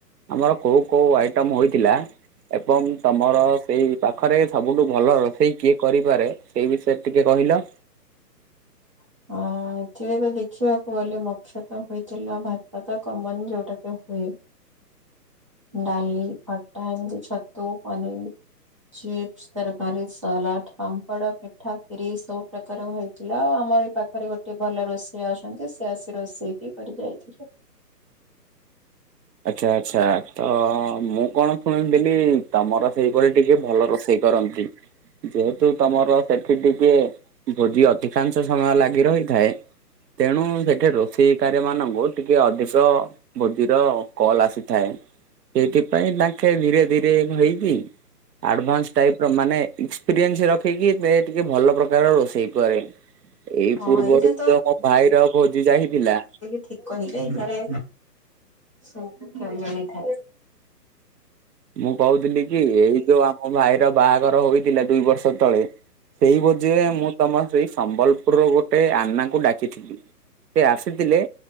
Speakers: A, on the right; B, on the right.
A: ଆମର କୋଉ କୋଉ ଆଇଟମ୍ ହୋଇଥିଲା? ଏବଂ ତମର ସେଇ ପାଖରେ ସବୁଠୁ ଭଲ ରୋଷେଇ କିଏ କରିପାରେ ସେଇ ବିଷୟରେ ଟିକେ କହିଲ।
B: ହ ହଁ ଏଥିରେ ତ ଦେଖିବାକୁ ଗଲେ ମୋଖ୍ୟତ ହୋଇଥିଲା ଭାତ ତ କମନ୍ ଯୋଉଟାତ ହୁଏ। ଡାଲି ଖଟା ଏମିତି ଛତୁ ପନିର୍ ଚିପ୍ସ ତରକାରୀ ସାଲାଡ଼ ପାମ୍ପଡ ପିଠା ଖିରି ସବୁ ପ୍ର କାର ହୋଇଥିଲା ଆଉ ଆମର ଏଇ ପାଖରେ ଗୋଟେ ଭଲ ରୋଷେଇଆ ଅଛନ୍ତି ସେ ଆସି ରୋଷେଇ କି କରି ଯାଇଥିଲେ।
A: ଆଛା ଆଛା ତ ମୁଁ କଣ ଶୁଣିଥିଲି ତମର ସେଇ ପଟେ ଟିକେ ଭଲ ରୋଷେଇ କରନ୍ତି। ଯେହେତୁ ତମର ସେଠି ଟିକେ ଭୋଜି ଅଧିକାଂଶ ସମୟ ଲାଗି ରହିଥାଏ ତେଣୁ ସେଠି ରୋଷେଇକାର୍ୟ ମାନଙ୍କୁ ଟିକେ ଅଧିକ ଭୋଜିର ଅ କଲ୍ ଆସିଥାଏ ସେଇଥିପାଇଁ ତାଙ୍କେ ଧୀରେ ଧୀରେ ହେଇକି ଆଡଭାନ୍ସ ଟାଇପ୍ ର ମାନେ ଇକ୍ସପିରିଏନ୍ସ୍ ରଖିକି ଏ ଟିକେ ଭଲ ପ୍ରକାର ରୋଷେଇ କରେ। ଏଇ
B: ହଁ
A: ପୂର୍ବରୁ
B: ଏଇଟା
A: ତ ମୋ ଭାଇର ଭୋଜି ଯାଇଥିଲା।
B: ଠିକ୍ କହିଲେ ଏଠାରେ ସବୁ <unintelligible> ମିଳିଥାଏ।
A: ମୁଁ କହୁଥିଲି କି ଏଇ ଯୋଉ ଆମ ଭାଇର ବାହାଘର ହୋଇଥିଲା ଦୁଇ ବର୍ଷ ତଳେ ସେଇ ଭୋଜିରେ ମୁଁ ତମ ସେଇ ସମ୍ବଲପୁରର ଗୋଟେ ଆନାକୁ ଡାକିଥିଲି ସେ ଆସିଥିଲେ।